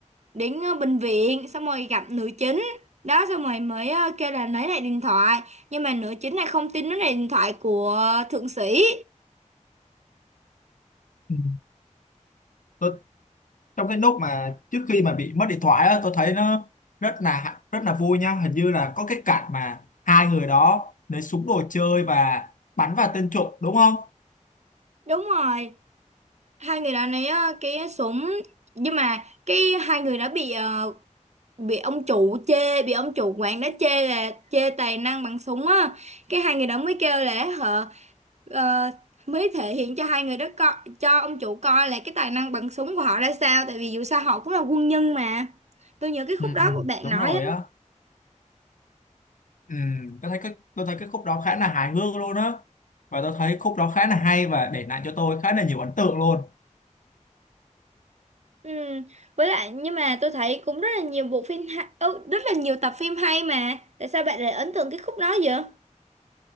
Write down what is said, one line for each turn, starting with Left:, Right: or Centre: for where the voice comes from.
Right: đến ờ, bệnh viện xong rồi gặp nữ chính đó xong rồi mới ờ, kêu là lấy lại điện thoại nhưng mà nữ chính này không tin nó là điện thoại của thượng sĩ
Left: ừ. tôi, trong cái lúc mà trước khi mà bị mất điện thoại á tôi thấy nó rất là rất là vui nha hình như là có cái cảnh mà hai người đó lấy súng đồ chơi và bắn vào tên trộm đúng không
Right: đúng rồi hai người đã lấy ờ, cái súng nhưng mà cái hai người đã bị ờ, bị ông chủ chê bị ông chủ quán đã chê là chê tài năng bằng súng á cái hai người đó mới kêu là họ ờ, mới thể hiện cho hai người đó co cho ông chủ coi là cái tài năng bằng súng của họ ra sao tại vì dù sao họ cũng là quân nhân mà tôi nhớ cái
Left: ừ,
Right: khúc đó của bạn
Left: đúng
Right: nói
Left: rồi
Right: á
Left: á ừ, tôi thấy cái tôi thấy cái khúc đó khá là hài hước luôn á và tôi thấy khúc đó khá là hay và để lại cho tôi khá là nhiều ấn tượng luôn
Right: ừ. với lại nhưng mà tôi thấy cũng rất là nhiều bộ phim hay, ừ, rất là nhiều tập phim hay mà tại sao bạn lại ấn tượng cái khúc đó vậy